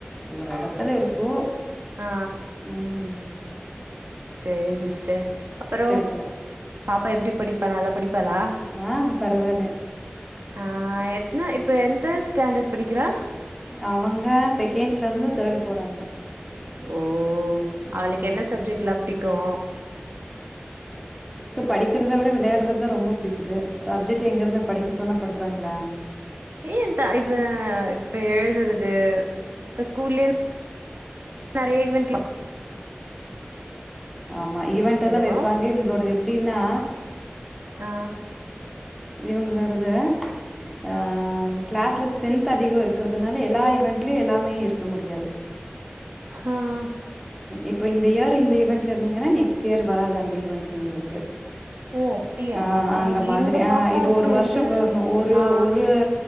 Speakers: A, in the centre; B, on the right.
A: ஒரு இடத்துல இருக்கு
B: ஆ
A: ம் ம்
B: செரி சிஸ்டர் அப்புறம்
A: எடுக்கல
B: பாப்பா எப்டி படிப்பா நல்ல படிப் பலா
A: ஆ பரவால்ல
B: ஆ எனா இப்ப எந்த ஸ் ஸ்டண்டர்ட் படிக்கிறா
A: அவங்க செகண்ட்ல இருந்து தேர்டு போறாங்க
B: ஓ
A: ம்
B: அவளுக்கு என்ன சப்ஜெக்ட் எல்லாம் பிடிக் கும்
A: படிக்கற்த விட விளையாடுறதுதா ரொம்ப புடிக்குது சப்ஜெக்ட் எங்கிருந்து படிக்க சொன்னா படிப்பு அப்பறங்ளா
B: ஏ இப்ப இப்ப எழுதுறது இப்ப ஸ்கூல்லயே நெறைய ஈவென்ட்ல
A: ஆமா ஈவென்ட்
B: ஹலோ
A: எல்லாம் வைப்பாங்க இங்களோடது எப்படின்னா
B: ஆ
A: இவங்களோடுது ஆ கிளாஸ்ல ஸ்ட்ரென்த் அதிகம் இருக்கும் இருக்கிறதுனால எல்லா ஈவென்ட்லயும் எல்லாமே இருக்க முடியாது
B: ஆஹ்
A: இப்போ இந்த இயர் இந்த ஈவெண்ட்ல இருந்தீங்கன்னா நெக்ஸ்ட் இயர் வராது அந்த வெண்டட் உங்களுக்கு
B: ஓ அப்டியா
A: ஆ அந்த மாதிரி
B: எங்க
A: ஆ
B: பாப்பாவுக்கு
A: இது ஒரு வருஷம்
B: வந்து
A: வரணும் ஒரு
B: ஆ
A: ஒரு